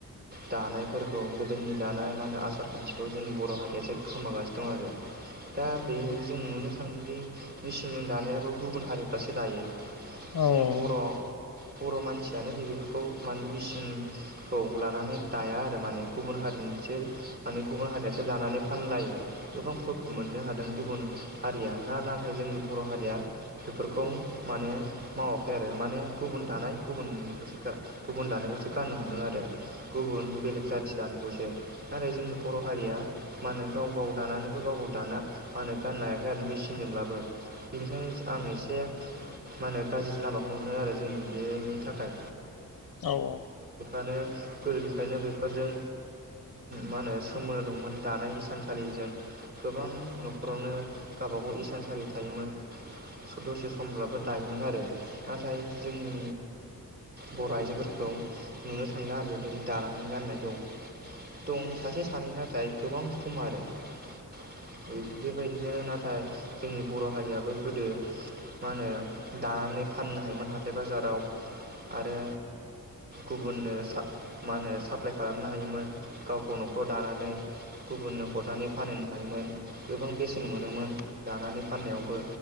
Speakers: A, on the right (about 25°); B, on the left (about 65°).
A: दानायफोरखौ गोदोनि दानाय माने आसार खान्थिखौ जोंनि बर' हारियासो खोमागासिनो दं आरो। दा बे जों नुनो थांङो दि मेसिनजों दानायाबो गुबुन हारिफ्रासो दायो। जोंनि
B: औ औ
A: बर' बर' मानसियानो बेफोरखौ माने मिसिं खौ लानानै दाया आरो माने गुबुन हारिनोसो माने गुबुन हारियासो दानानै फानलायो गोबां प्रफिट मोननो हादों गुबुन हारिया ना ना जोंनि बर' हारिया बेफोरखौ माने मावाखै आरो माने गुबुन दानाय गुबुनखौसोखा गुबुन दानायखौसो गाननो हमदों आरो गुबुन बेलेग जाथि दानाय खौसो नाथाय जोंनि बर' हारिया मा होनो गाव गाव दानानैबो गाव गाव दाना मा होनो गाननो हायाखै आरो मेचिनजोंब्लाबो बेनिखायनो आं एसे मा होनो गाज्रि लामाखौ मोनो आरो जोंनि बेनि थाखाय
B: औ औ
A: नो गोदोनिफ्रायनो बेफोरजों मा होनो सोमोन्दो दंमोन दानाय इसानसालिजों गोबां नख'रावनो गाबा गाव इसानसालि थायोमोन दसे समब्लाबो दायोमोन आरो नाथाय जोंनि बर' आयजोफोरखौ नुनो थांला आरो बेबायदि दानानै गाननायखौ दं सासे सानै नाथाय गोबां खम आरो ओ बे बेबायदिनो ना ओ जोंनि बर' हारियाबो गोदो मा होनो दानानै फाननो हायोमोन हाथाय बाजाराव आरो गुबुननो सा मा होनो साप्लाय खालामनो हायोमोन गावखौ नख'राव दानानै गुबुननो हरनानै फानहैनो हायोमोन गोबां बेसेन मोनोमोन दानानै फाननायावबो